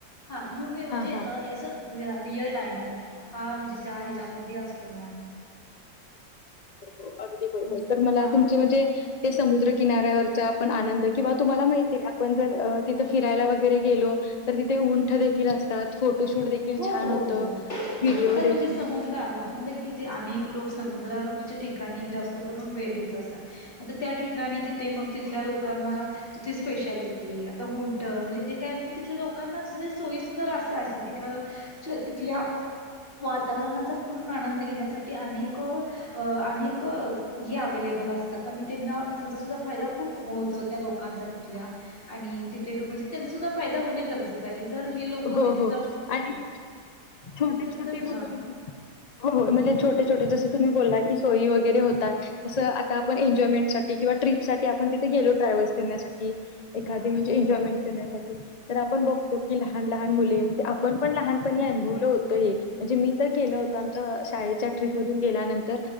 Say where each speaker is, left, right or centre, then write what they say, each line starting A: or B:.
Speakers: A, on the left; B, on the left.
A: हा यू मी म्हणजे
B: हा हा
A: एज अ रिअल डायमंड हा म्हणजे त्या हच्या्यामध्ये असतो मॅम
B: हो हो अगदी बरोबर
A: हां,
B: तर मला
A: हां.
B: तुमचं म्हणजे ते समुद्र किनाऱ्यावरचा आपण आनंद किंवा तुम्हाला माहिती आपण जर तिथं फिरायला वगैरे गेलो तिथे उंठ देखील असतात. फोटोशूट देखील
A: हो
B: छान
A: हो
B: होतं
A: हो
B: व्हिडिओ
A: आता म्हणजे
B: देखील
A: समुद्र आला म्हणलं की इथे अनेक लोक समुद्र ठिकाणी जास्त करून भेट देत असतात त्या ठिकाणी तिथे मग तिथल्या लोकांना तिथली स्पेशालिटी आता उंट म्हणजे जे काय म्हणजे तिथल्या लोकांना जे सोयीस्कर असं अशी <unintelligible> तिथल्या वातावरणाचा पूर्ण आनंद घेण्या ते अनेक अ अनेक हे अवेलेबल अस आता मी त्यांना त्यांचा फायदा होतो त्या लोकांचा तिथल्या आणि मग तिथे तुझा फायदा होणे गरजेच आहे जर हे लोक
B: हो
A: तिथ
B: हो आणि छोटे छोटे
A: तर
B: मुल
A: हा
B: हो म्हणजे छोटे छोटे. जस तुम्ही बोला की सोई वगरे होतात तसं आता आपण एन्जॉयमेंटसाठी किंवा ट्रीपसाठी आपण तिथे गेलो ट्रॅव्हल्स करण्यासाठी एखादी
A: हा
B: म्हणजे एन्जाॅयमेंट करण्यासाठी तर आपण बघतो की लहान लहान लहान मुले म्हणजे आपण पण लहानपणी अनुभवलं होत हे म्हणजे मी तर केलं होतं आमच्या शाळेच्या ट्रीप मधून गेल्यानंतर